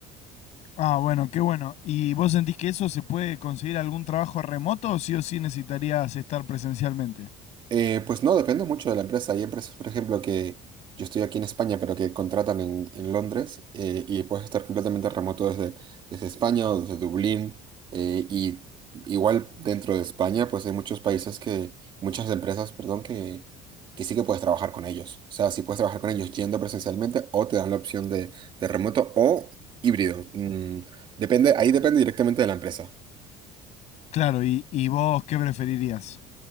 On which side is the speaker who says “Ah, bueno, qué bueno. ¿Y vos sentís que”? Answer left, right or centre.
Left